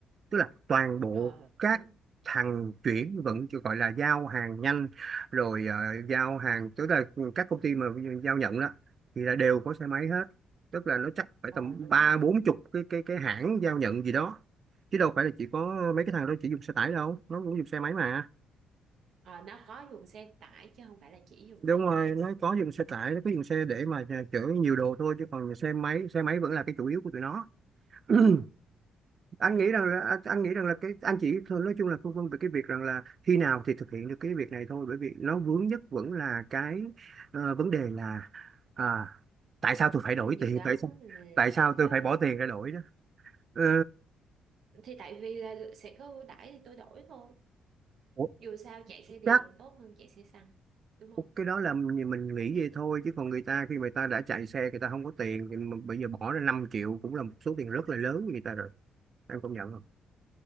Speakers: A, on the right; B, on the right.
A: tức là toàn bộ
B: ờ
A: các
B: đúng
A: thằng chuyển vận chỉ gọi là giao hàng nhanh rồi ờ, giao hàng tức là các công ty mà giao nhận đó thì là đều có xe máy hết tức là nó chắc phải
B: ờ
A: tầm
B: đúng
A: ba
B: rồi
A: bốn chục cái cái cái hãng giao nhận gì đó chứ đâu phải là chỉ có mấy cái thằng đó chỉ dùng xe tải đâu nó cũng dùng xe máy mà
B: ờ nó có dùng xe tải chứ không phải là chỉ dùng
A: đúng
B: xe
A: rồi
B: tải
A: nó có dùng xe tải nó có dùng xe để mà chở nhiều đồ thôi chứ còn xe máy xe máy vẫn là cái chủ yếu của tụi nó <clears throat> anh
B: ờ
A: nghĩ rằng là anh anh nghĩ rằng là cái anh chỉ thôi nói chung là phân vân về cái việc rằng là khi nào thì thực hiện được cái việc này thôi bởi vì nó vướng nhất vẫn là cái ờ, vấn đề là à, tại sao tôi phải đổi
B: anh dự
A: tiền
B: đoán
A: tại sao tại
B: là
A: sao
B: bao
A: tôi phải bỏ
B: lâu
A: tiền ra đổi đó Ờ,
B: thì tại vì là sẽ có ưu đãi thì tôi đổi thôi
A: ủa,
B: dù sao chạy xe điện
A: chắc
B: còn tốt hơn chạy xe xăng đúng không
A: cái đó là mình mình nghĩ vậy thôi chứ còn người ta khi người ta đã chạy xe người ta không có tiền thì mà bây giờ bỏ ra 5 triệu cũng là một số tiền rất là lớn với người ta em công nhận không